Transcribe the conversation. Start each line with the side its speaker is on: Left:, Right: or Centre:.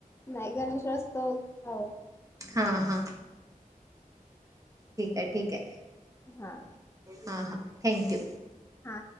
Left: नाही गणेश उत्सव आवडतो.
Right: हां हां ठीक आहे ठीक आहे.
Left: हा
Right: हा हा थँक्यू.
Left: हा